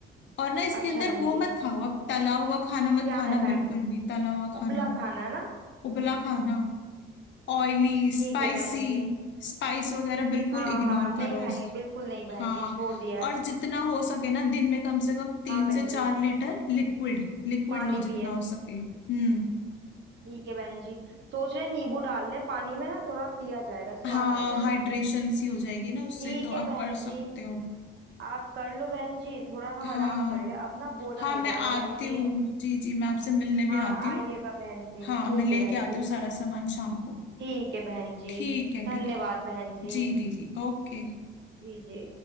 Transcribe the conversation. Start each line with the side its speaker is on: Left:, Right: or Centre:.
Left: और ना इसके
Right: अच्छा
Left: अंदर
Right: बहन
Left: वो
Right: जी
Left: मत खाओ अब तला हुआ खाना मत
Right: क्या
Left: खाना
Right: ना खाएं
Left: बिल्कुल भी तला हुआ खाना
Right: उबला खाना है ना
Left: उबला खाना ऑयली
Right: ठीक
Left: स्पाइसी
Right: है बहन जी
Left: स्पाइस वगैरह बिल्कुल
Right: हाँ
Left: इग्नोर
Right: हाँ नहीं
Left: करो
Right: खाएंगे
Left: इस
Right: बिल्कुल नहीं बहन
Left: हाँ
Right: जी छोड़ दिया है
Left: और जितना हो सके ना दिन में कम से कम तीन
Right: हाँ बहन
Left: से चार
Right: जी
Left: लीटर लिक्विड लिक्विड
Right: पानी
Left: लो जितना
Right: पिए
Left: हो सके हम्म
Right: ठीक है बहन जी सोच रहे हैं नींबू डाल लें पानी में ना थोड़ा पिया जाएगा स्वाद
Left: हाँ
Right: आ जाएगा
Left: हाइड्रेशन सी हो जाएगी ना उससे
Right: ठीक
Left: तो आप
Right: है बहन
Left: कर सकते
Right: जी
Left: हो
Right: आप कर लो बहन जी थोड़ा हम
Left: हाँ
Right: आराम कर ले अब ना बोला
Left: हाँ
Right: नहीं
Left: मैं
Right: जा रहा
Left: आती
Right: बहन जी
Left: हूँ जी जी मैं आपसे मिलने
Right: हाँ
Left: भी आती हूँ
Right: आइएगा बहन जी
Left: हाँ
Right: ठीक
Left: मैं लेके
Right: है बहन
Left: आती
Right: जी
Left: हूँ सारा सामान शाम को
Right: ठीक है बहन जी
Left: ठीक है
Right: धन्यवाद
Left: ठीक है
Right: बहन जी
Left: जी जी जी ओके
Right: जी जी